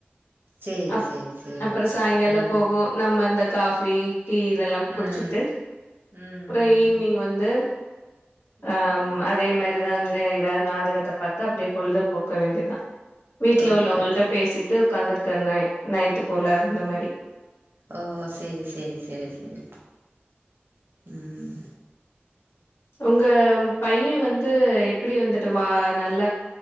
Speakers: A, on the right; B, on the left.
A: சேரி
B: அப்
A: சேரி சேரி
B: அப்றோ
A: சேரி
B: சாயங்காலோ
A: ஆ
B: போகோ நம்ம அந்த காஃபி டீ இதெல்லாம் குடிச்சிட்டு
A: ம் ம்
B: அப்புறோ ஈவினிங்
A: ம்
B: வந்து
A: ம்
B: அஹம் அதே மாரி அப்டிதா ஏதாவது நாடகத்த பாத்து அப்டியே பொழுத போக்க வேண்டியதுதா வீட்ல
A: ஓகே
B: உள்ளவங்கள்ட
A: சார்
B: பேசிட்டு ஒக்காந்து இருக்கேன் நைட் போல இந்த மாரி
A: ஓ சேரி சேரி சேரி சேரி உம்
B: உங்க பையன் வந்து எப்டி வந்துட்டு வா நல்ல